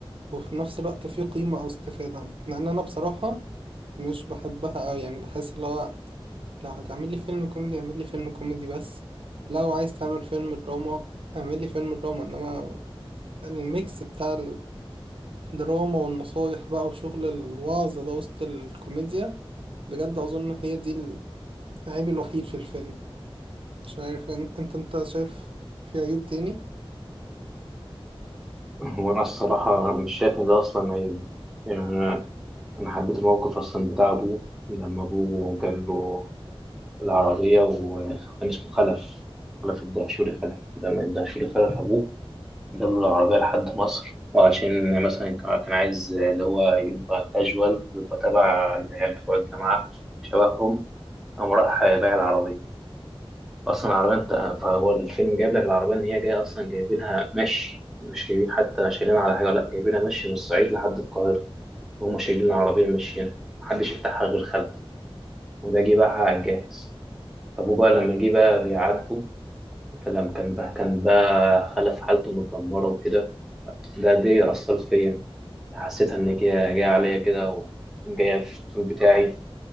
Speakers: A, on the right; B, in the centre.
A: وفي نفس الوقت في قيمة أو استفادة لأن أنا بصراحة مش بحبها أوي يعني بحس اللي هو لو هتعمل لي فيلم كوميدي اعمل لي فيلم كوميدي بس لو عايز تعمل فيلم دراما اعمل لي فيلم دراما إنما الميكس بتاع دراما والنصايح بقى وشغل الوعظ ده وسط الكوميديا بجد أظن هي دي العيب الوحيد في الفيلم مش عارف أن- أنت أنت شايف في عيوب تاني
B: <laughs> وأنا الصراحة مش شايف إن ده أصلا عيب يعني أنا أنا حبيت الموقف أصلا بتاع أبوه لما أبوه جاب له العربية وكان اسمه خلف خلف الدهشوري خلف لما الدهشوري خلف أبوه جاب له العربية لحد مصر وعشان مثلا كان كان عايز اللي هو يبقى كاجوال ويبقى تبع العيال بتوع الجامعة شبههم قام راح بايع العربية أصلا العربية أنت فهو الفيلم جايب لك العربية إن هي جاية أصلا جايبينها مشي مش جايبين حتى شايلينها على حاجة ولا جايبينها مشي من الصعيد لحد القاهرة وهم شايلين العربية ماشيين محدش يفتحها غير خلف وده جه باعها على الجاهز أبوه بقى لما جه بقى بيعاتبه فلما كان بقى كان بقى خلف حالته متدمرة وكده ده دي أثرت فيا يعني. حسيتها إن هي جاية عليا كده وجاية في التون بتاعي